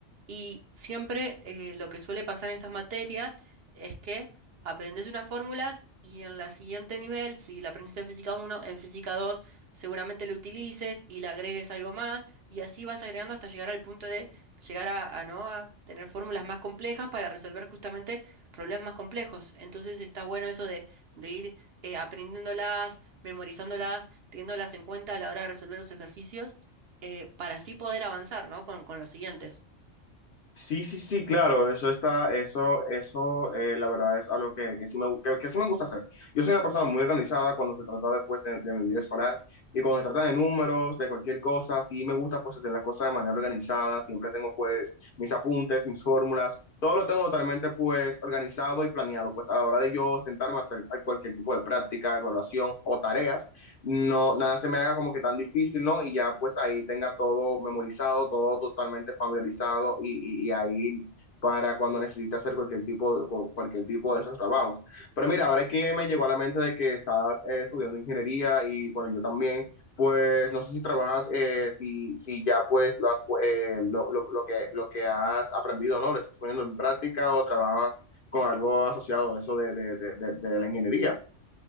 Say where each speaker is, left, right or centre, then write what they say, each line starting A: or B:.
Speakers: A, on the right; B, on the left.
A: Y siempre eh, lo que suele pasar en estas materias es que aprendes unas fórmulas y en la siguiente nivel, si la aprendiste en física uno en física 2 seguramente lo utilices y le agregues algo más y así vas agregando hasta llegar al punto de llegar a, a, ¿no? a tener fórmulas más complejas para resolver justamente problemas más complejos. Entonces está bueno eso de, de ir eh, aprendiéndolas, memorizándolas, teniéndolas en cuenta a la hora de resolver los ejercicios eh, para así poder avanzar, ¿no? con con los siguientes.
B: Sí, sí, sí, claro, eso está, eso, eso, eh, la verdad es algo que, que sí me, que, que sí me gusta hacer. Yo soy una persona muy organizada cuando se trata de, pues, de, de mi vida escolar y cuando se trata de números, de cualquier cosa, sí me gusta pues hacer las cosas de manera organizada, siempre tengo pues mis apuntes, mis fórmulas, todo lo tengo totalmente pues organizado y planeado, pues a la hora de yo sentarme a hacer cualquier tipo de práctica, evaluación o tareas no, nada se me haga como que tan difícil, ¿no? Y ya pues ahí tenga todo memorizado, todo totalmente familiarizado y, y, y ahí para cuando necesite hacer cualquier tipo de, cu- cualquier tipo de esos trabajos. Pero mira, ahora que me llegó a la mente de que estás eh, estudiando ingeniería y bueno, yo también, pues no sé si trabajas, eh, si, si ya pues las, eh, lo, lo, lo que, lo que has aprendido, ¿no? ¿Lo estás poniendo en práctica o trabajas con algo asociado a eso de, de, de, de de la ingeniería?